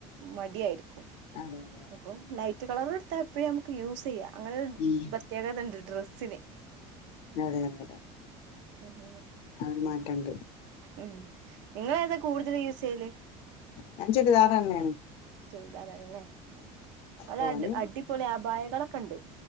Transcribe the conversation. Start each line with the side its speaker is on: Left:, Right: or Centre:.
Right: മടിയായിരിക്കും
Left: അതെ അതെ അതെ
Right: അപ്പം നൈ റ്റ് കളറ്ട്ത്താപ്പ എപ്പയും നമ്മക്ക് യൂസെയ്യാ അങ്ങനൊരു
Left: ഉം
Right: പ്രത്യേകതണ്ട് ഡ്രസ്സിന്
Left: അതെ അതെതെ
Right: ഉം
Left: അ ഒര് മാറ്റണ്ട്
Right: ഉം ങ്ങളേതാ കൂടുതൽ യൂസെയ്യല്
Left: ഞാൻ ചുരിദാറെന്നെണ്
Right: ചുരിതാറെന്നെ നല്ല
Left: തോനെ
Right: അടി അടി പൊളി അഭായകളൊക്കെണ്ട്